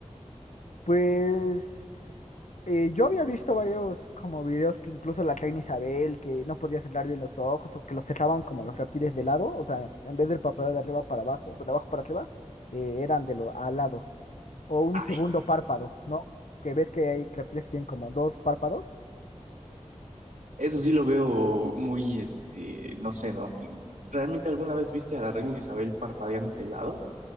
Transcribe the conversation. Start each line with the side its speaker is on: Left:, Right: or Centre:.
Left: pues eh, yo había visto varios como videos que incluso la reina Isabel, que no podía cerrar bien los ojos o que los cerraban como los reptiles de lado, o sea, en vez del párpado de arriba para abajo, de abajo para arriba, eh, eran de los alados. O un
Right: Ay,
Left: segundo párpado, ¿no? Que ves que hay reptiles que tienen como dos párpados.
Right: eso sí lo veo muy, este, no sé, ¿no? ¿Realmente alguna vez viste a la reina Isabel parpadeando de lado?